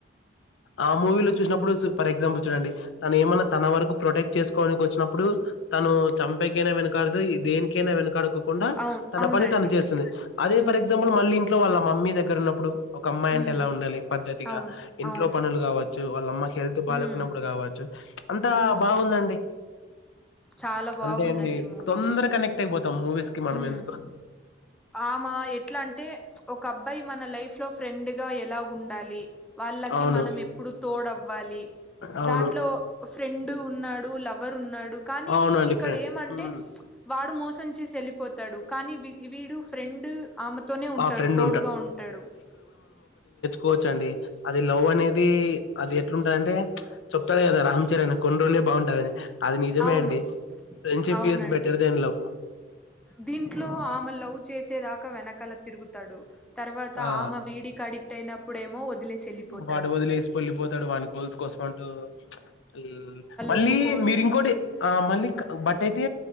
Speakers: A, on the left; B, in the centre.
A: ఆ మూవీలో చూసినప్పుడు సు ఫర్ ఎగ్జాంపుల్ చూడండి తను ఎమన్న తన వరకు ప్రొటెక్ట్ చేసుకోవనికి వచ్చినప్పుడు తను చం పైకైన వెనకడతయి దేనికైనా వెనకాడకు కుండా
B: అవును
A: తన
B: అవునండి
A: పని తను చేస్తది అదే
B: ఉమ్
A: ఫర్ ఎగ్జాంపుల్ మళ్ళీ ఇంట్లో వాళ్ళ మమ్మీ దగ్గర ఉన్నప్పుడు ఒక అమ్మాయి అంటే
B: ఉమ్
A: ఎలా ఉండాలి పద్ధతిగా
B: అవును
A: ఇంట్లో
B: అవును
A: పనులు కావచ్చు వాలమ్మా హెల్త్ బాలెకనప్పుడు
B: ఉమ్
A: కావచ్చు అంతా
B: ఉమ్
A: బాగుందండి
B: చాలా బాగుందండి
A: అంతే అండి
B: మూవీ
A: తొందరగా కనెక్ట్ అయిపోతాం మూవీస్కి మనం
B: ఉమ్
A: ఎందుకొ
B: ఆమె ఎట్లా అంటే ఒక అబ్బాయి మన లైఫ్ లో ఫ్రెండ్ గా ఎలా ఉండలి వాళ్లకి
A: అవును
B: మనం ఎప్పుడు తొడవ్వలి
A: అవును
B: దాంట్లో ఫ్రెండ్ ఉన్నాడు లవర్ ఉన్న కానీ
A: అవునండి
B: ఇక్కడ
A: ఫ్రెండ్
B: ఏమంటే వాడు మోసం చేసి ఎళ్లిపోతాడు కానీ వి ఫ్రెండ్ ఆమెతోనే ఉంటాడు
A: ఆ ఫ్రెండ్
B: తోడుగా ఉంటాడు
A: కోవచండి అది లవ్ అనేది అది ఎట్లుంటందంటే చెప్తాడు కదా రామ్ చరణ్ కొన్ని రోజులే బాగుంటదని అది నిజమే
B: అవును
A: అండి ఫ్రెండ్షిప్
B: అవునండి
A: ఇజ్ బెటర్ దెన్ లవ్
B: దీంట్లో ఆమె లవ్ చేసేదాకా వెనకాల తిరుగుతాడు తర్వాత
A: ఆ
B: ఆమె వీడికి అడిక్ట్ అయినప్పుడేమో వదిలేసి వెళ్లిపోతాడు
A: వాడు వదిలేసి వెళ్ళిపోతాడు వాని గోల్స్ అంటూ మ్ మళ్ళీ
B: ఒప్పుకోరు
A: మీరింకోటి ఆ మళ్ళీ బట్ అయితే